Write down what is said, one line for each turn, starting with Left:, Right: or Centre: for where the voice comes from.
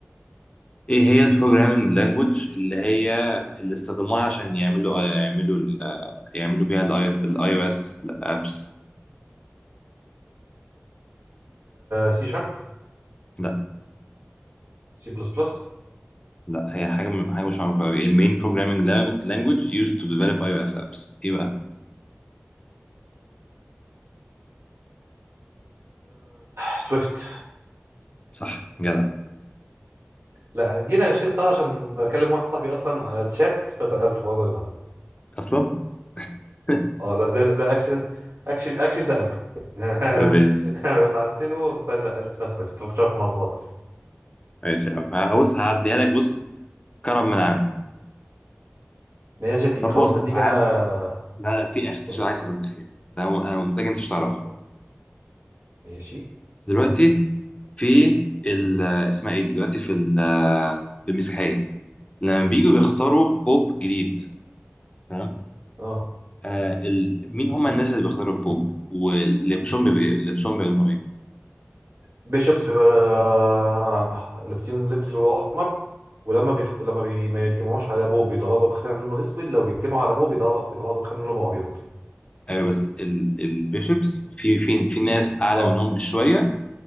Left: ايه هي البروجرامينج لانجوج اللي هي اللي استخدموها عشان يعملوا آه، يعملوا ال- آه، يعملوا بيها الاي او اس الابس
Right: سي شارب
Left: لا
Right: سي بلس بلس
Left: لا هي حاجه م- حاجه مش معروفه قوي المين بروجرامينج لانجوج used to develop اي او اس ابس ايه بقى
Right: سويفت
Left: صح جدع
Right: لا دي انا غشيت الصراحه عشان بكلم واحد صاحبي اصلا على الشات فسالته هو جاي بقى
Left: اصلا <laughs>
Right: اه لا ده ده اكشلي اكشلي اكشلي سالته يعني
Left: طيب،
Right: انا <laughs> بعت له فقال لا اسمها سويفت ما كنتش عارف الموضوع ده
Left: ماشي يا عم ه- بص هعديها لك بص كرم من عندي
Right: ماشي يا سيدي
Left: طب
Right: خلاص
Left: بص
Right: هديك
Left: عاد
Right: انا
Left: لا لا في اخ في
Right: قول
Left: سؤال عايز اسالك اخير انا م- أنا متاكد انت مش تعرفه
Right: لي. ماشي
Left: دلوقتي في ال آه، اسمها ايه دلوقتي في ال- آه، في المسيحيه لما بييجوا بيختاروا بوب جديد تمام
Right: اه
Left: آه ال... مين هم الناس اللي بيختاروا البوب ولبسهم بيبقى إيه؟ لبسهم بيعلنوا ايه
Right: بيشوبس بيبقى آه، لابسين لبس لونه احمر ولما بيخت... لما بي... ما يجتمعوش على ابوه بيطلع له خان لونه اسود لو بيجتمعوا على ابوه بيطلع بيطلع له خان لونه ابيض
Left: ايوه بس ال... البيشوبس في في في ناس اعلى
Right: اه
Left: منهم بشويه